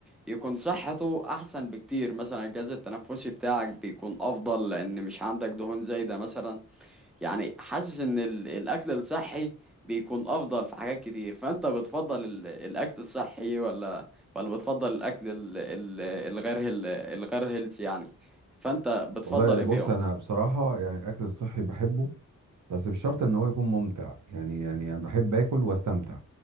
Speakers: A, in the centre; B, on the right.
A: يكون صحته احسن بكتير مثلا الجهاز التنفسي بتاعك بيكون افضل لان مش عندك دهون زايده مثلا يعني حاسس ان ال- الاكل الصحي بيكون افضل في حاجات كتير فانت بتفضل ال- الاكل الصحي ولا ولا بتفضل الاكل ال- ال- الغير هيل- الغير هيلثي يعني فانت بتفضل
B: والله
A: ايه
B: بص
A: فيهم
B: انا بصراحة يعني الاكل الصحي بحبه بس بشرط ان هو يكون ممتع يعني يعني انا بحب اكل واستمتع